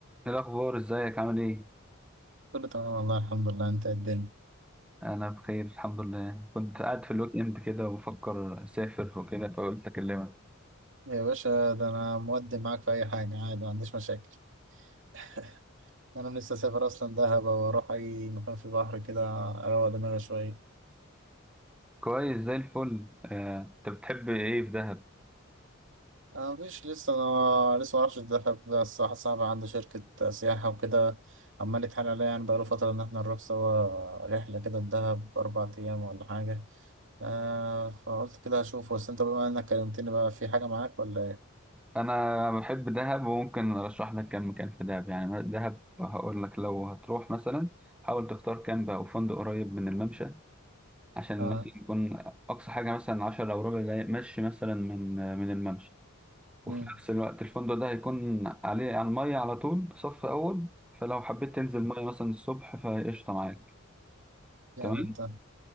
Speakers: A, in the centre; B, on the right.
A: ايه الاخبار ازيك عامل ايه
B: كله تمام والله الحمد لله انت إيه الدنيا
A: انا بخير الحمد لله كنت قاعد في الويك اند كده وبفكر اسافر وكده فقلت اكلمك
B: يا باشا ده انا مودي معاك في اي حاجه عادي ما عنديش مشاكل <laughs> انا لسه سافر اصلا دهب واروح اي مكان في البحر كده اروق دماغي شويه
A: كويس زي الفل آه، انت بتحب ايه في دهب
B: انا مفيش لسه انا لسه ما اعرفش دهب بس واحد صاحبي عنده شركه سياحه وكده عمال يتحايل عليا يعني بقاله فتره ان احنا نروح سوا رحله كده لدهب اربع ايام ولا حاجه آه فقلت كده اشوف بس انت بما انك كلمتني بقى في حاجه معاك ولا ايه
A: انا بحب دهب وممكن ارشح لك كام مكان في دهب يعني دهب هقول لك لو هتروح مثلا حاول تختار كامب او فندق قريب من الممشى عشان المشي
B: اه
A: يكون اقصى حاجه مثلا 10 او ربع دقايق مشي مثلا من من الممشى وفي
B: امم
A: نفس الوقت الفندق ده هيكون عليه على المية على طول صف أول فلو حبيت تنزل مية مثلا الصبح فقشطة معاك
B: يعني
A: تمام
B: انت